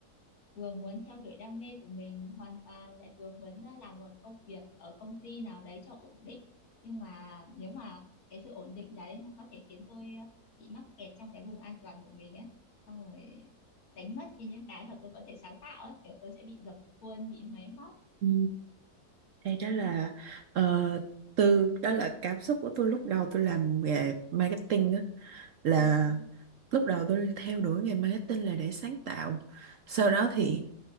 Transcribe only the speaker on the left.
vừa muốn theo đuổi đam mê của mình hoàn toàn lại vừa muốn à, làm một công việc ở công ty nào đấy cho ổn định nhưng mà nếu mà cái sự ổn định đấy nó có thể khiến tôi à, bị mắc kẹt trong cái vùng an toàn của mình ấy xong rồi đánh mất đi những cái mà tôi có thể sáng tạo ấy kiểu tôi sẽ bị dập khuôn bị máy móc
nên
ừm,